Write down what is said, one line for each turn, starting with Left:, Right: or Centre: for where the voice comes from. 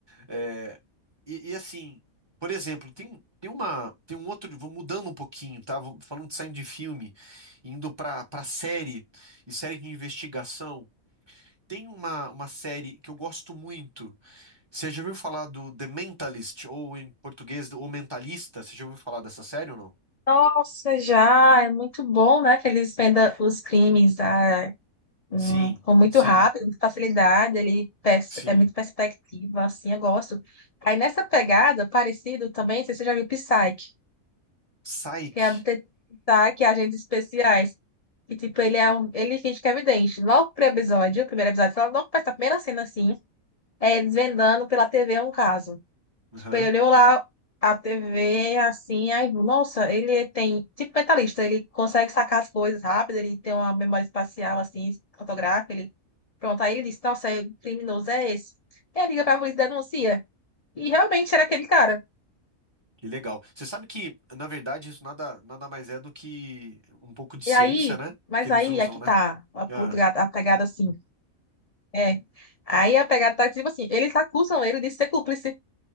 Right: é, e, e assim, por exemplo, tem, um- tem uma. Tem um outro. Vou mudando um pouquinho, tá? Vou falando de saindo de filme, indo pra, pra série e série de investigação. Tem uma, uma série que eu gosto muito. Você já ouviu falar do The Mentalist, ou em português, O Mentalista? Você já ouviu falar dessa série ou não?
Left: Nossa, já, é muito bom, né? Que eles vendam os crimes, a Hum,
Right: Sim,
Left: ficou muito
Right: sim,
Left: rápido, com facilidade, ele pers-
Right: sim.
Left: é muito perspectiva, assim, eu gosto. Aí nessa pegada, parecido também, não sei se você já viu Psyche,
Right: Psyche.
Left: que é o detetive Psyche, agentes especiais, que tipo, ele é um, ele finge que é vidente. Logo pro episódio, o primeiro episódio, sei lá, logo parece primeira cena, assim, é ele desvendando pela TV um caso.
Right: Aham,
Left: Tipo, ele olhou lá a TV, assim, aí, nossa, ele tem, tipo, mentalista, ele consegue sacar as coisas rápido, ele tem uma memória espacial, assim, fotográfica, ele, pronto, aí ele disse, nossa, é, o criminoso é esse. E aí liga pra polícia e denuncia. E realmente era aquele cara.
Right: Que legal. Você sabe que, na verdade, isso nada, nada mais é do que um pouco de ciência,
Left: E aí,
Right: né?
Left: mas
Right: Que eles
Left: aí,
Right: usam,
Left: é que
Right: né?
Left: tá a pulga-
Right: Ah,
Left: a pegada, assim, é. Aí a pegada tá, tipo assim, eles acusam ele de ser cúmplice,